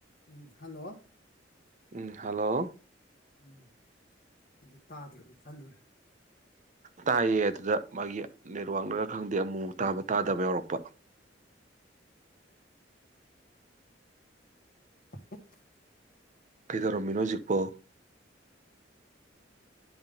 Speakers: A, on the left (about 50°); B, on the right (about 40°).
A: ꯎꯝ hello
B: ꯎꯝ hello
A: ꯎꯝ ꯑꯩꯗꯤ ꯇꯥꯗ꯭ꯔꯕꯣꯢ ꯈꯜꯂꯨꯔꯦ
B: ꯇꯥꯏꯌꯦ ꯑꯗꯨꯗ ꯃꯥꯒꯤ ꯅꯦꯠꯋꯣꯛꯅꯔ ꯈꯪꯗꯦ ꯑꯃꯨ ꯇꯥꯕ ꯇꯥꯗꯕ ꯌꯥꯎꯔꯛꯄ
A: <unintelligible>
B: ꯀꯩꯗꯧꯔꯝꯃꯤꯅꯣ ꯍꯧꯖꯤꯛꯄꯣ